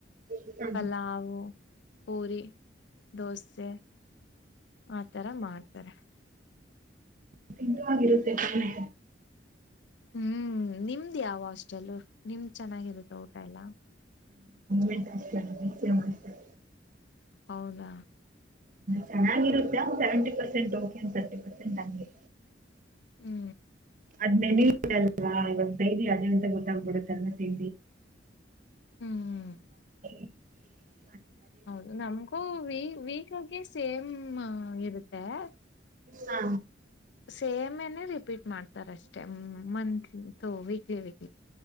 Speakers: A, on the right; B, on the left.
A: ಹ
B: ಪಲ್ಲವು, ಪೂರಿ, ದೋಸೆ ಆತರ ಮಾಡ್ತಾರೆ.
A: ತಿನ್ನುವಾಗಿರುತ್ತೆ? ತಾನೆ.
B: ಹೂ ನಿಮ್ದ್ ಯಾವ ಹಾಸ್ಟೆಲ್? ನಿಮ್ದ್ ಚೆನ್ನಾಗಿರುತ್ತೆ ಊಟ ಎಲ್ಲ?
A: <inaudible> BCM hostel.
B: ಹೌದಾ?
A: ಚೆನ್ನಾಗಿರುತ್ತೆ seventy percent okay thirty percent ಅಂಗೆ
B: ಹೂ
A: ಅದ್ ಮೆನು ಅಲ್ವಾ ಅವಾಗ ತಿಂಡಿ ಡೈಲಿ ಅದೇ ಅಂತ ಗೊತಗಿಬಿಡುತ್ತೆ
B: ಹ್ಮ್
A: <inaudible> <unintelligible>
B: ಹೌದು ನಮಗೂ ವ ವೀಕ್ಗೆ ಸೇಮ್ ಇರುತ್ತೆ ತೇ.
A: ಹಾ
B: ಸೇಮೇನೆೇ ರಿಪೀಟ್ ಮಾಡ್ತಾರೆ ಅಷ್ಟೇ ಮಂತ್ಲಿ ತೊವಿ ಕಿವಿಗೆ